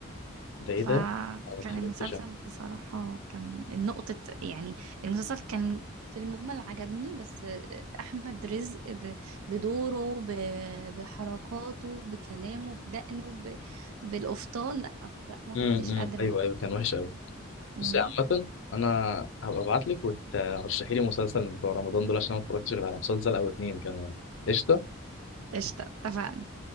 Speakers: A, on the left; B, on the right.
A: ده ايه
B: فكان
A: ده أنا ما اتفرجتش
B: المسلسل
A: أنا.
B: بصراحة كان نقطة يعني المسلسل كان في المجمل عجبني بس أحمد رزق ب- بدوره ب- بحركاته بكلامه بدقنه ب- بالقفطان لا لا ما
A: م-
B: كنتش قادرة
A: م. ايوه ايوه كان وحش قوي
B: مم.
A: بصي عامة أنا هبقى أبعتلك وترشحي لي مسلسل من بتوع رمضان دول عشان أنا ما اتفرجتش غير على مسلسل أو اتنين كمان قشطة
B: قشطة اتفقنا